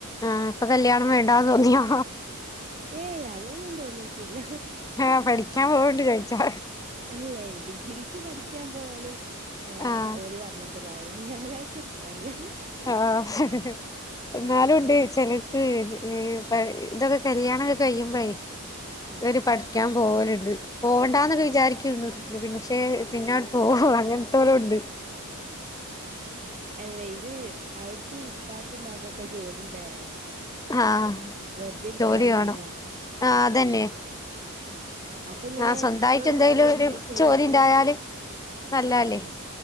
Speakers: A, on the left; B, on the right.
A: ആഹ് ഇപ്പ കല്യാണം വേണ്ടാന്ന് തോന്നിയോ
B: ഏയ് അങ്ങനെന്നും തോന്നീട്ടില്ല
A: ആഹ് പഠിക്കാൻ പോവ്ണ്ട് ചോയ്ച്ചാ
B: അല്ലേ ഡിഗ്രിക്ക് പഠിക്കാൻ പോവല് ഏഹ്
A: ആഹ്
B: ഓല് പറഞ്ഞ് ട്ട് പോയതാ ഞാനായിട്ട് ഇട്ത്തല്ലാ
A: ആഹ് ന്നാലും
B: ആഹ്
A: ണ്ട് ചെലര് പ് ഹ് പ് ഇതൊക്കെ കല്യാണക്കെ കഴിയുമ്പഴേ
B: ആഹ്
A: ഒര് പഠിക്കാൻ പോവല്ണ്ട് പോവണ്ടാന്നാെക്ക വിച് ചാരിക്കും പിന്നക്ഷെ പിന്നെങ്ങട് പോ അങ്ങൻത്താേലുംണ്ട്
B: അല്ലെയ് ഇത് അവിട്ത്തെ ഇപ്പാക്കുംമ്മാക്കാെക്കെ ജോലി വേണം
A: ആഹ്
B: വെറുതെ ഇരിക്കാൻ
A: ജോലി
B: പറ്റൂല
A: വാണം ആഹ് അതന്നെ
B: അപ്പ ഇങ്ങനെ
A: ആഹ് സ്വന്തായിട്ട്
B: എപ്പളും
A: എന്തെലും
B: പറിം എന്തേം
A: ഒരു
B: ചെയ്ത്ക്കോ
A: ജോലി ഉണ്ടായാല് നല്ലതല്ലേ
B: ആഹ്